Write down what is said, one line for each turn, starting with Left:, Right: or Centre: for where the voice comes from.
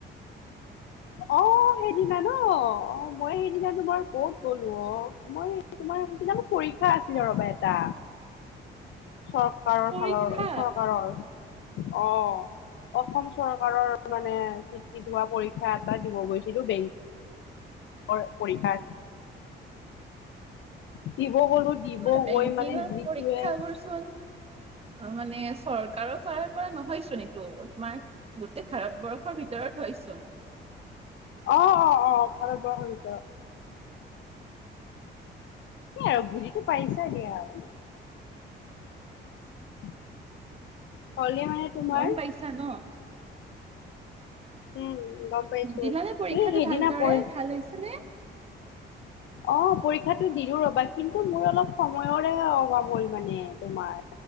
Left: অ সেইদিনা ন অ মই সেইদিনা তোমাৰ কত গ'লো অ মই তোমাৰ সেইদিনা মোৰ পৰীক্ষা আছিলে ৰ'বা এটা চৰকাৰ
Right: পৰীক্ষা
Left: ফালৰ চৰকাৰৰ অ অসম চৰকাৰৰ মানে ভিত্তিত হোৱা পৰীক্ষা পৰীক্ষা এটা দিব গৈছিলো বেংক কৰ পৰীক্ষা দিব গলো দিব
Right: তোমাৰ বেংকিঙৰ
Left: গৈ মানে যিটোৱে
Right: পৰীক্ষাবোৰ চোন অ মানে চৰকাৰৰ ফালৰ পৰা নহয়চোন এইটো তোমাৰ গোটেই ভাৰতবৰ্ষৰ ভিতৰত হয়চোন।
Left: অৱ অৱ অৱ ভাৰতবৰ্ষৰ ভিতৰত। হে আৰু বুজিটো পাইছাই দিয়া আৰু। <unintelligible> হ'লেও মানে তোমাৰ
Right: গম পাইছা ন।
Left: উম গম পাইছো
Right: দিলানে পৰীক্ষাটো
Left: এই সেইদিনা
Right: ভালদৰে
Left: পৰিম
Right: ভাল হৈছে নে।
Left: অ পৰীক্ষাটো দিলো ৰবা কিন্তু মোৰ অলপ সময়ৰে অভাৱ হ'ল মানে তোমাৰ।